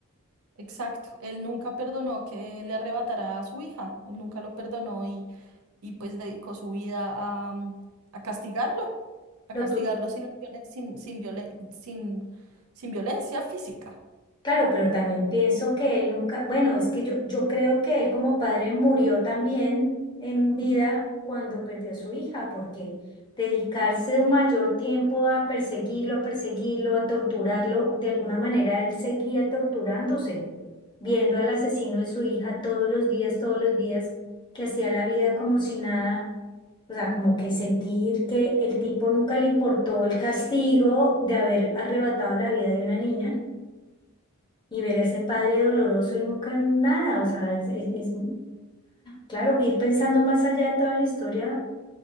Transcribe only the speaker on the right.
Exacto, él nunca perdonó que le arrebatara a su hija, él nunca lo perdonó y, y pues dedicó su vida a, mm, a castigarlo, a
castigarlo sin, la violen- sin, sin, violen- sin, sin violencia física.